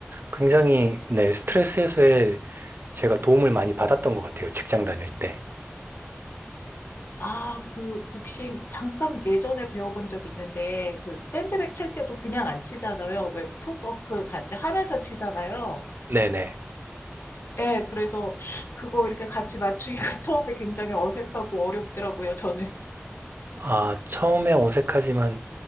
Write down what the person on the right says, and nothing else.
굉장히 네, 스트레스 해소에 제가 도움을 많이 받았던 것 같아요. 직장 다닐 때.
네네.
아, 처음에 어색하지만